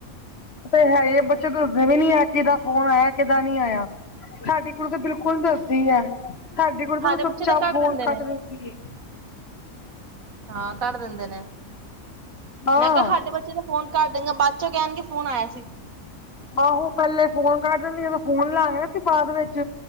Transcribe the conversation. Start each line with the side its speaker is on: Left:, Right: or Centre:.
Left: ਇਹ ਤੇ ਹੈ ਇਹ ਬੱਚੇ ਦੱਸਦੇ ਵੀ ਨੀ ਆ, ਕਿਦਾ ਫੋਨ ਆਇਆ, ਕਿਹਦਾ ਨਹੀਂ ਆਇਆ? ਸਾਡੇ ਕੋਲ ਤਾਂ ਬਿਲਕੁਲ ਦੱਸਦੀ ਹੈ। ਸਾਡੀ ਕੁੜੀ
Right: ਸਾਡੇ
Left: ਤਾਂ ਚੁੱਪ
Right: ਬੱਚੇ
Left: ਚਾਪ
Right: ਕੱਢ
Left: ਫੋਨ
Right: ਦਿੰਦੇ
Left: ਕੱਟ
Right: ਨੇ
Left: ਦਿੰਦੀ ਐ।
Right: ਹਾਂ ਧਰ ਦਿੰਦੇ ਨੇ।
Left: ਹਾਂ
Right: ਮੈਂ ਕਿਹਾ ਸਾਡੇ ਬੱਚੇ ਬੱਚੇ ਦਾ ਫੋਨ ਕੱਟ ਦੇਣਗੇ, ਬਾਅਦ ਚੋਂ ਕਹਿਣਗੇ ਫੋਨ ਆਇਆ ਸੀ।
Left: ਆਹੋ ਪਹਿੱਲੇ ਫੋਨ ਕੱਟ ਦਿੰਦੀ ਆ। ਫਿਰ ਜਦੋਂ ਫੋਨ ਲਾਇਆ ਸੀ ਬਾਅਦ ਵਿੱਚ